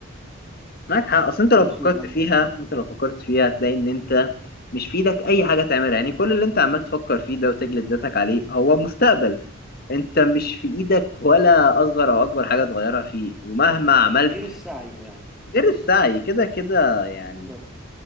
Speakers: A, on the left; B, in the centre.
A: معاك حق اصل انت
B: انا
A: لو
B: ماشي
A: فكرت
B: بالمبدأ
A: فيها
B: ده
A: انت لو فكرت فيها هتلاقي ان انت مش في ايدك اي حاجه تعملها يعني كل اللي انت عمال تفكر فيه ده وتجلد ذاتك عليه هو مستقبل انت مش في ايدك ولا اصغر او اكبر حاجه تغيرها فيه ومهما عملت
B: غير السعي يعني
A: غير السعي كده كده يعني
B: بالظبط